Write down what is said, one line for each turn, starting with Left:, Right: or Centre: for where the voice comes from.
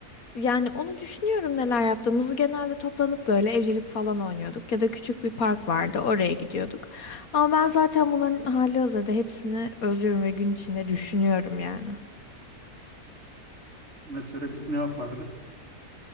Left: Yani onu düşünüyorum neler yaptığımızı. Genelde toplanıp böyle evcilik falan oynuyorduk ya da küçük bir park vardı oraya gidiyorduk. Ama ben zaten bunların hali hazırda hepsini özlüyorum ve gün içinde düşünüyorum yani.
Right: Mesela biz ne yapardık?